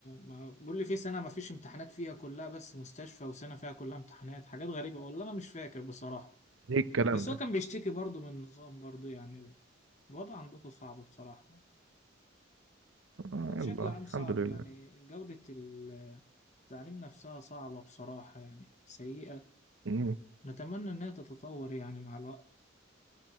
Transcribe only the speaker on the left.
ما- بيقول لي في سنة ما فيش امتحانات فيها كلها بس مستشفى وسنة فيها كلها امتحانات حاجات غريبة والله أنا مش فاكر بصراحة
بس
هو كان بيشتكي برضه من النظام برضه يعني ال- الوضع عندكم صعب بصراحة
وبشكل
عام صعب
يعني جودة ال- التعليم نفسها صعبة بصراحة يعني سيئة
نتمنى إنها تتطور يعني مع الوقت